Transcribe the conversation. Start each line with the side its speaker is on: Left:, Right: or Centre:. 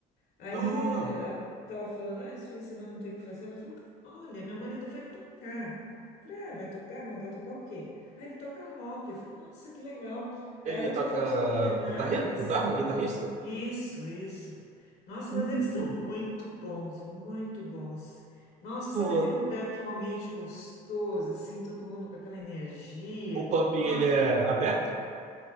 Left: Aí
Right: Ah,
Left: eh, eh, ela estava falando, ah, esse fim de semana não tem o que fazer. Ela falou, olha, meu marido vai tocar. Eu Falei, ah, vai tocar, mas vai tocar o quê? Ah, ele toca rock. Eu falei, nossa, que legal. Aí
Right: ele
Left: ela
Right: toca
Left: me deu as coordenadas
Right: guitarra? Guitarra? Guitarrista?
Left: isso, isso. Nossa,
Right: Hum,
Left: mas eles são muito bons, muito bons. Nossa,
Right: pô,
Left: sabe aquele lugar que é um ambiente gostoso, assim, todo mundo com aquela energia?
Right: o pub ele
Left: Nossa,
Right: é aberto?